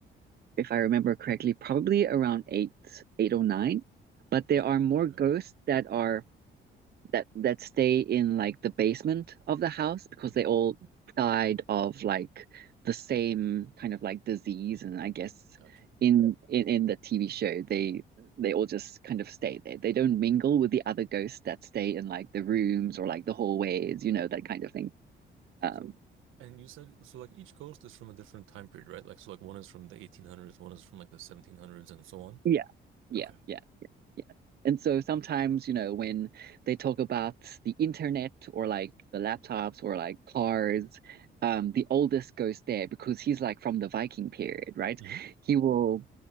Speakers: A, on the right; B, on the right.
A: if I remember correctly, probably around eight, eight or nine, but there
B: Yeah.
A: are more
B: Okay.
A: ghosts that are that that stay in like the basement of the house because
B: hmm
A: they all died of like the same kind of like disease and I guess
B: Gotcha.
A: in in in the TV show they they all just kind of stay there. They don't mingle with the other ghosts that stay in like the rooms or like the hallways, you know, that kind of thing. Um
B: So, and you said, so like each ghost is from a different time period, right? Like, so like one is from the 1800s, one is from like the 1700s, and so on.
A: yeah, yeah,
B: Okay.
A: yeah. Yeah. And so sometimes, you know, when they talk about the internet or like the laptops or like cars, um, the oldest goes there because he's like from the Viking period, right?
B: hmm
A: He will